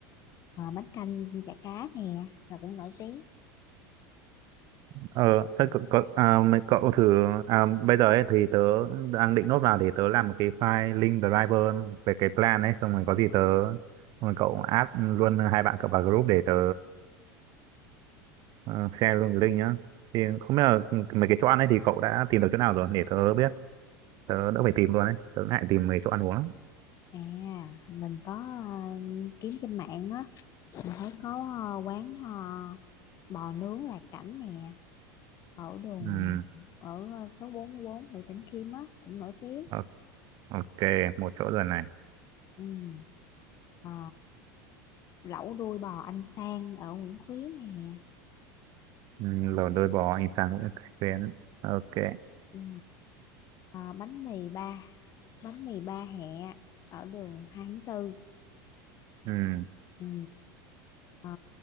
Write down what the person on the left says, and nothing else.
à, bánh canh chả cá nè là cũng nổi tiếng
ừ,
À, mình có ờ, kiếm trên mạng á, mình thấy có ờ, quán ờ, bò nướng Lạc Cảnh nè, ở đường
ở ờ, số 44 Nguyễn Bỉnh Khiêm á, cũng nổi tiếng.
Ừ. ờ, lẩu đuôi bò anh Sang ở Nguyễn Khuyến nè.
Ừ. ờ, bánh mì ba, bánh mì ba hẹ ở đường hai tháng tư
Ừ. ờ,